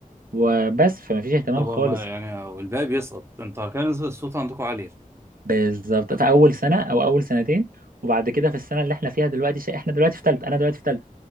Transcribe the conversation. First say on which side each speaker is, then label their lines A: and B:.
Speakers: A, on the right; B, on the right.
A: وبس فما فيش اهتمام
B: طب
A: خالص
B: هما يعني والباقي بيسقط انتوا كان نسبة الصوت عندكم عالية
A: بالظبط في اول سنه او اول سنتين وبعد كده في السنه اللي احنا فيها دلوقتي ش... احنا دلوقتي في ثالثه انا دلوقتي في ثالثه